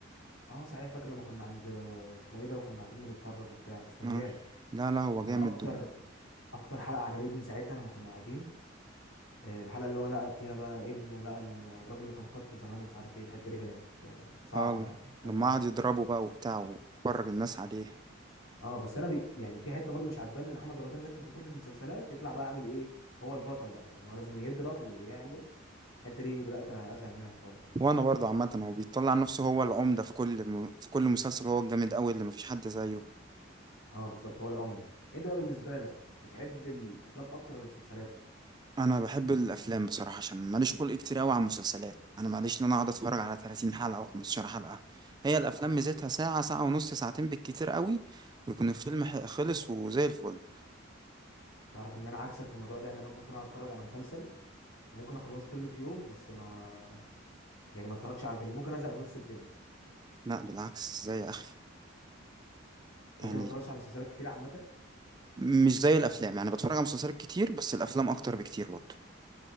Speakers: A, on the left; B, on the right.
A: اه صحيح فاكر لما كنا عند آه، اسمه ايه ده وكنا قاعدين بنتفرج وبتاع بس كان
B: اه
A: جامد
B: لا لا هو جامد
A: انا اكتر اكتر حلقة عجبتني ساعتها لما كنا قاعدين آه، الحلقة اللي هو لقى فيها بقى ابنه لقى الراجل اللي كان خاطفه زمان ومش عارف ايه الحتة دي كانت صعبة
B: اه
A: يعني جامدة
B: لما
A: أوي.
B: قعد يضربه بقى وبتاع وفرج الناس عليه
A: اه بس انا بي... يعني في حته برضه مش عجباني ان محمد رمضان لازم في كل المسلسلات يطلع بقى عامل ايه هو البطل بقى يعني هو لازم يضرب ويعمل الحته دي بدات ازهق منها شويه
B: وانا برضه عامه هو بيطلع نفسه هو العمده في كل م... في كل مسلسل هو الجامد قوي اللي مفيش حد زيه
A: اه بالظبط هو العمده انت بقى بالنسبه لك بتحب الافلام اكتر ولا المسلسلات
B: انا بحب الافلام بصراحه عشان ماليش خلق كتير قوي على المسلسلات انا ماليش ان انا اقعد اتفرج على 30 حلقه او 15 حلقه هي الافلام ميزتها ساعه ساعه ونص ساعتين بالكتير قوي ويكون الفيلم ح- خلص وزي الفل
A: تعرف ان انا عكسك في الموضوع ده يعني انا ممكن اقعد اتفرج على مسلسل وممكن اخلصه كله في يوم بس ما يعني ما اتفرجش على فيلم ممكن ازهق في نص الفيلم
B: لا بالعكس زي يا اخي
A: يعني
B: يعني
A: انت ما بتتفرجش على مسلسلات كتير عامه
B: مش زي الافلام يعني بتفرج على مسلسلات كتير بس الافلام اكتر بكتير برضه